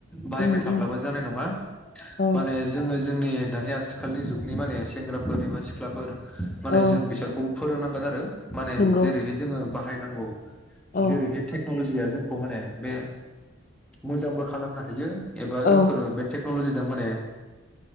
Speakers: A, in the centre; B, on the left (about 40°).
A: बाहायबाय
B: उम
A: थाब्लाबो
B: उम
A: जानाय नङा
B: औ
A: माने जोङो जोंनि दानि आथिखालनि जुगनि माने सेंग्राफोर एबा सिख्लाफोर माने
B: औ
A: जों बिसोरखौ फोरोंनांगोन आरो माने
B: नंगौ
A: जेरैहाय जोङो बा हायनांगौ
B: औ
A: जेरैहाय टेक्न'लजिया जोंखौ माने बे मोजांबो खालामनो हायो एबा
B: औ
A: जोंफोर बे टेकनलजि जों माने